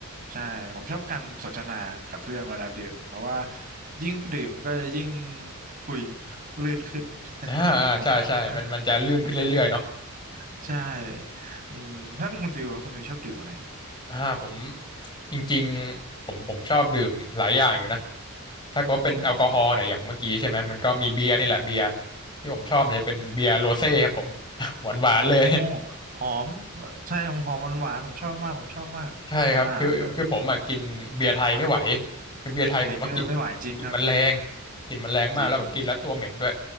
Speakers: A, on the right; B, on the left.
A: ใช่ผมชอบการสนทนากับเพื่อนเวลาดื่มเพราะว่ายิ่งดื่มก็จะยิ่งคุยลื่นขึ้น
B: อ่าอ่าใช่ใช่มันมันจะลื่นขึ้นเรื่อยๆเนาะ
A: <laughs> ใช่ใช่อืมถ้าเป็นคุณฟิลครับคุณฟิลชอบดื่มอะไรครับ
B: อ่าผมจริงๆผมผมชอบดื่มหลายอย่างอยู่นะถ้าเก็เป็นแอลกอฮอล์เนี่ยอย่างเมื่อกี้ใช่ไหมมันก็มีเบียร์นี่แหละเบียร์
A: อืม
B: ที่ผมชอบเนี่ยจะเป็นเบียร์โรเซ่ครับผม <laughs> หวานหวานเลย
A: โอ้หอมใช่หอมหอมหวานๆผมชอบมากผมชอบมาก
B: ใช่ครับคือคือผมอ่ะกินเบียร์ไทยไม่ไหว
A: อ่าแต่
B: คือเบียร์ไทยผมว่ากลิ่นกลิ่นมันแรง
A: เลเกอร์ไม่ไหวจริงครับ
B: กลิ่นมันแรงมากแล้วแบบกินแล้วตัวเหม็นด้วย
A: จริง